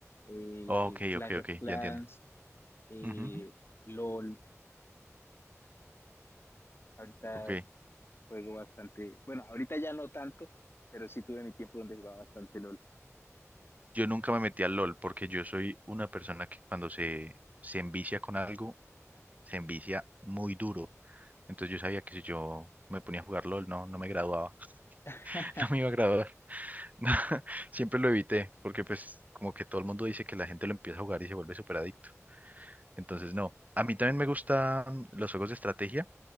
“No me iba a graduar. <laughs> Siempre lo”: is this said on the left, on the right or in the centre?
Right